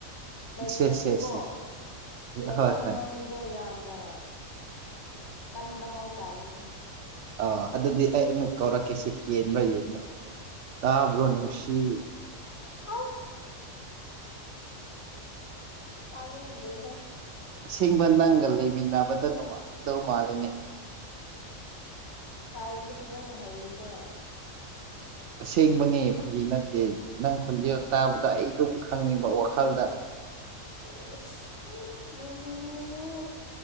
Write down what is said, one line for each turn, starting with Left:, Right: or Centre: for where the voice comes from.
Left: ꯂꯩꯇ꯭ꯔꯁꯨꯀꯣ
Right: ꯁꯦ ꯁꯦ ꯁꯦ
Left: ꯂꯩꯕ
Right: ꯍꯣꯏ
Left: ꯑꯃꯅꯤꯗꯣ
Right: ꯍꯣꯏ
Left: ꯌꯥꯝ ꯌꯥꯝꯅ ꯀꯟꯕ ꯍꯥꯏꯇꯥꯔꯦꯅꯦ
Right: ꯑꯥ ꯑꯗꯨꯗꯤ ꯑꯩ ꯑꯃꯨꯛ ꯀꯧꯔꯛꯀꯦꯁꯤ ꯀꯦꯟꯕ꯭ꯔꯥ ꯌꯦꯡꯉꯦ ꯇꯥꯕ꯭ꯔꯣ ꯅꯨꯡꯁꯤ
Left: ꯑꯁ ꯇꯥꯅꯤꯡꯗꯔ‌ꯦꯍꯦ
Right: ꯑꯁꯦꯡꯕ ꯅꯪꯒ ꯂꯩꯃꯤꯟꯅꯕꯗ ꯅꯨꯡꯉꯥꯏꯒꯗꯧ ꯃꯥꯜꯂꯤꯅꯦ
Left: ꯈꯥꯏꯕꯗꯤ ꯐꯖꯅ ꯍꯩꯔꯤꯀꯣ
Right: ꯑꯁꯦꯡꯕꯅꯦ ꯐꯒꯤ ꯅꯠꯇꯦ ꯅꯪ ꯈꯣꯟꯖꯦꯜ ꯇꯥꯕꯗ ꯑꯩ ꯑꯗꯨꯝ ꯈꯪꯅꯤꯡꯕ ꯋꯥꯈꯜꯗ
Left: ꯁꯤꯁ ꯍ ꯅ‌ꯣꯛꯅꯤꯡꯉ‌ꯦ